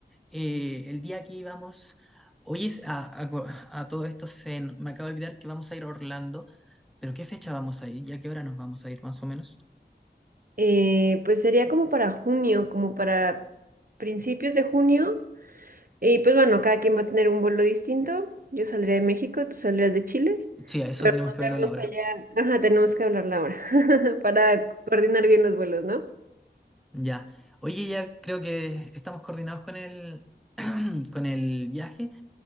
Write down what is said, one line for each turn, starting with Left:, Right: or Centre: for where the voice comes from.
Centre: eh, el día que íbamos, oye, es- a, a co- a todo esto se, n- me acabo de olvidar que vamos a ir a Orlando, pero ¿qué fecha vamos a ir? ¿Y a qué hora nos vamos a ir más o menos?
Right: Eh, pues sería como para junio, como para principios de junio. Y pues bueno, cada quien va a tener un vuelo distinto. Yo saldré de México, tú saldrás de Chile,
Centre: Sí, a eso
Right: pero
Centre: tenemos
Right: nos
Centre: que
Right: vemos
Centre: verlo a la hora.
Right: allá. Ajá, tenemos que hablar la hora <laughs> para coordinar bien los vuelos, ¿no?
Centre: Ya. Oye, ya creo que estamos coordinados con el, <clears throat> con el viaje